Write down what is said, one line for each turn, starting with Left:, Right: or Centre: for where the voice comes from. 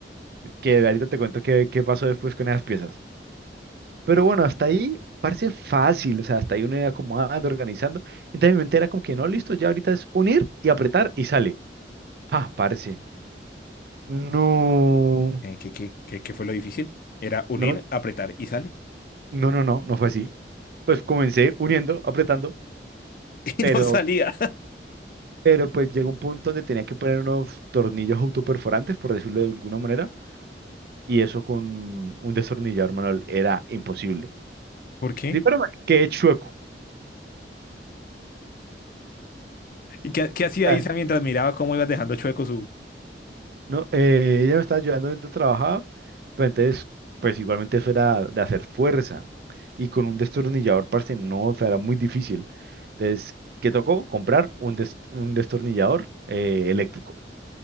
Right: que ahorita te cuento qué, qué pasó después con esas piezas. Pero bueno, hasta ahí parece fácil, o sea, hasta ahí uno iba acomodando, organizando, entonces mi mente era como que no, listo, ya ahorita es unir y apretar y sale. Ah, parce, no,
Left: Eh, ¿Qué, qué, qué, qué fue lo difícil? Era unir,
Right: no,
Left: apretar y sale.
Right: no, no, no, no fue así. Pues comencé uniendo, apretando
Left: <laughs> Y
Right: Pero,
Left: no salía.
Right: pero pues llegó un punto donde tenía que poner unos tornillos autoperforantes, por decirlo de alguna manera, y eso con un destornillador manual era imposible.
Left: ¿Por qué?
Right: Sí, pero me quedé chueco.
Left: ¿Y qué, qué hacía
Right: Claro.
Left: Isa mientras miraba cómo ibas dejando chueco su...
Right: No, eh, ella me estaba ayudando mientras trabajaba, pero entonces, pues igualmente eso era de hacer fuerza. Y con un destornillador, parce, no, o sea, era muy difícil. Entonces, ¿qué tocó? Comprar un, des- un destornillador eh, eléctrico,